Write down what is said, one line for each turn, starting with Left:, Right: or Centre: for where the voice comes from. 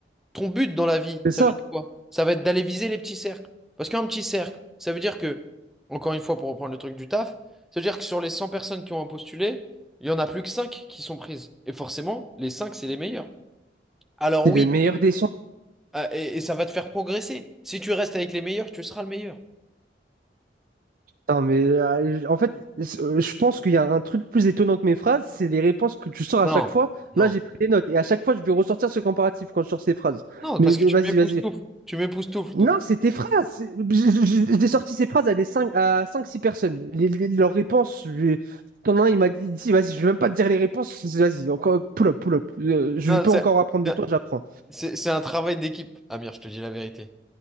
Centre: Ton but dans la vie,
Right: C'est
Centre: ça
Right: ça,
Centre: va être quoi? Ça va être d'aller viser les petits cercles. Parce qu'un petit cercle, ça veut dire que, encore une fois, pour reprendre le truc du taf, ça veut dire que sur les 100 personnes qui ont postulé, il y en a plus que 5 qui sont prises. Et forcément, les 5 c'est les meilleurs. Alors
Right: c'est
Centre: oui,
Right: les meilleurs des sons.
Centre: ah, et, et ça va te faire progresser. Si tu restes avec les meilleurs, tu seras le meilleur.
Right: Non mais euh, en fait, c- euh, je pense qu'il y a un truc plus étonnant que mes phrases, c'est les réponses que tu sors à
Centre: Non,
Right: chaque fois. Là,
Centre: non.
Right: j'ai pris des notes et à chaque fois, je vais ressortir ce comparatif quand je sors ces phrases.
Centre: Non,
Right: Mais
Centre: parce
Right: des-
Centre: que tu
Right: vas-y,
Centre: m'époustoufles.
Right: vas-y,
Centre: Tu m'époustoufles.
Right: Non,
Centre: Donc,
Right: c'est tes phrases. je- je- je- J'ai sorti ces phrases à des 5 à 5 6 personnes. Les- les- leurs réponses, je- t'en as un, il m'a dit, Si, vas-y, je vais même pas te dire les réponses. Vas-y, encore pull up, pull up. Euh, je
Centre: Non,
Right: peux
Centre: c'est
Right: encore apprendre de toi, j'apprends.
Centre: c'est- c'est un travail d'équipe. Amir, je te dis la vérité.